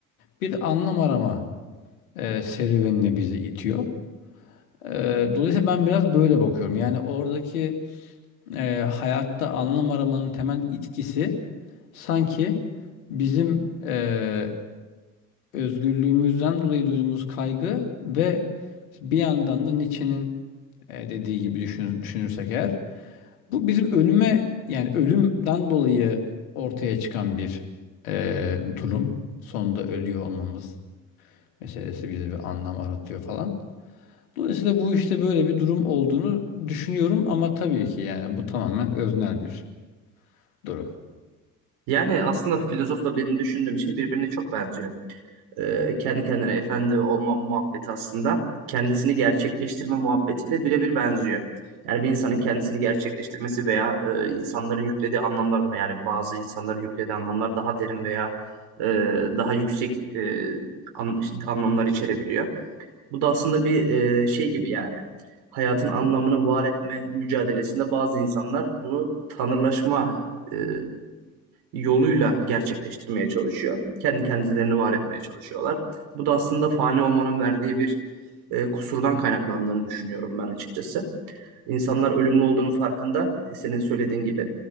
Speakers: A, on the left; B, on the right.
A: bir anlam arama eee serüvenine bizi itiyor. Eee, dolayısıyla ben biraz böyle bakıyorum. Yani oradaki eee, hayatta anlam aramanın temel itkisi sanki bizim eee, özgürlüğümüzden dolayı duyduğumuz kaygı ve bir yandan da Nietzsche'nin eee, dediği gibi düşün- düşünürsek eğer. Bu bizim ölüme yani ölümden dolayı ortaya çıkan bir eee, durum. Sonunda ölüyor olmamız meselesi bize bir anlam aratıyor falan. Dolayısıyla bu işte böyle bir durum olduğunu düşünüyorum ama tabii ki yani bu tamamen öznel bir durum.
B: Yani aslında filozofla benim düşündüğüm şey birbirine çok benziyor. eee, kendi kendine efendi olma muhabbeti aslında kendisini gerçekleştirme muhabbetiyle birebir benziyor. Yani bir insanın kendisini gerçekleştirmesi veya, eee, insanların yüklediği anlamlar da yani bazı insanların yüklediği anlamlar daha derin veya, eee, daha yüksek, eee, an işte, anlamlar içerebiliyor. Bu da aslında bir, eee, şey gibi yani hayatın anlamını var etme mücadelesinde bazı insanlar bunu tanrılaşma, eee yoluyla gerçekleştirmeye çalışıyor. Kendi kendilerini var etmeye çalışıyorlar. Bu da aslında fani olmanın verdiği bir e, kusurdan kaynaklandığını düşünüyorum ben açıkçası. İnsanlar ölümlü olduğunun farkında, e, senin söylediğin gibi.